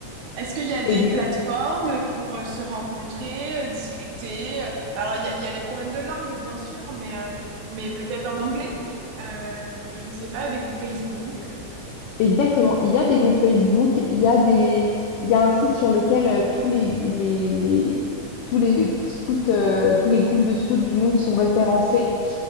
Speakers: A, on the right; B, on the left.
A: Est-ce qu'il y a des
B: Ex-
A: plateformes pour euh, se rencontrer, euh, discuter? euh, Alors, il y a, il y a les problèmes de langue, bien sûr, mais, euh, mais peut-être en anglais? Euh, je ne sais pas, des groupes Facebook.
B: Exactement. Il y a des groupes Facebook, il y a des, il y a un site sur lequel euh, tous les, les, les- tous les scouts, euh, tous les groupes de scouts du monde sont référencés.